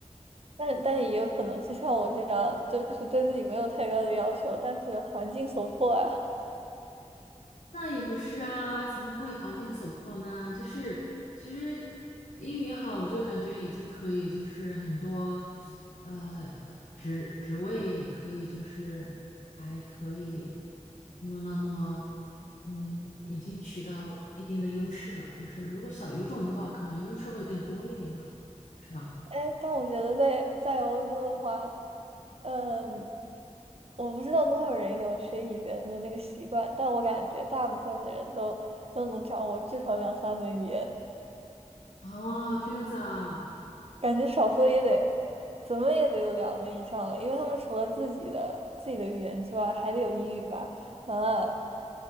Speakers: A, on the right; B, on the left.
A: 但但也有可能是像我这样，就是对自己没有太高的要求，但是环境所迫啊，
B: 那也不是啊，怎么会环境所迫呢？就是其实英语好，我就感觉已经可以，就是很多呃呃职职位也可以，就是还可以不用那么嗯，已经取到一定的优势了。就是如果小语种的话，可能优势会更多一点吧，是吧？
A: <laughs> 哎，但我觉得在在欧洲的话，嗯，我不知道多少人有学语言的那个习惯，但我感觉大部分的人都都能掌握至少两三门语言。
B: 哦，这样子啊，
A: 感觉少说也得，怎么也得有两门以上了，因为他们除了自己的自己的语言之外，还得有英语吧。完了，